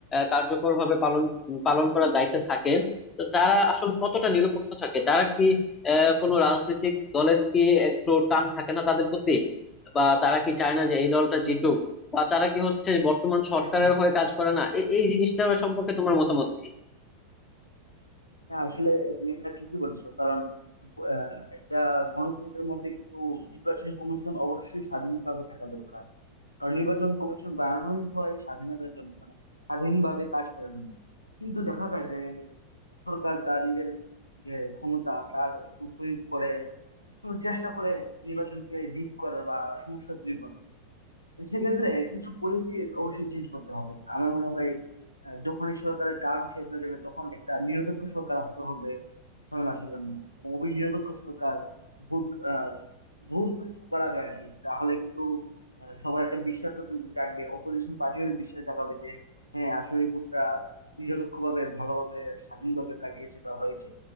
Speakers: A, on the left (about 25°); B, on the left (about 85°).
A: কার্যকর ভাবে পালন পালন করার দায়িত্বে থাকে তো তারা আসলে কতটা নিরপেক্ষ থাকে তারা কি আহ, কোনো রাজনৈতিক দলের কি একটু টান থাকে না তাদের প্রতি বা তারা কি চায় না যে এই দলটা
B: হ্যাঁ,
A: জিতুক বা তারা কি হচ্ছে বর্তমান সরকারের
B: হ্যাঁ।
A: হয়ে কাজ করে না এ- এই জিনিসটার সম্পর্কে তোমার মতামত কি
B: হ্যাঁ আসলে তুমি এটা ঠিকই বলেছো কারণ আহ, একটা গণতন্ত্রের মধ্যে কিন্তু নির্বাচন কমিশন অবশ্যই স্বাধীনভাবে থাকা দরকার কারণ নির্বাচন কমিশন বানানোই হয় স্বাধীনতার জন্য মানে স্বাধীনভাবে কাজ করার জন্য কিন্তু দেখা যায় যে সরকার তার নিজের যে ক্ষমতা তার একটু প্রয়োগ করে একটু চেষ্টা করে নির্বাচনকে রিগ করার বা সমস্যা তৈরি করার সেক্ষেত্রে কিছু পলিসি অবশ্যই চেঞ্জ করতে হবে আমার মনে হয় আহ, যখনই সরকারের টার্ম শেষ হয়ে যাবে তখন একটা নিরপেক্ষ সরকার আসতে হবে ছয় মাসের জন্য এবং ওই নিরপেক্ষ সরকার ভোট আহ, ভোট করাবে আর কি তাহলে কিন্তু আহ, সবার একটা বিশ্বাস জাগবে অপোজিশন পার্টিও বিশ্বাস জাগাবে যে হ্যাঁ আসলে ভোটটা নিরপেক্ষভাবে ভালোভাবে স্বাধীনভাবে কাটিয়েছে বা হয়েছে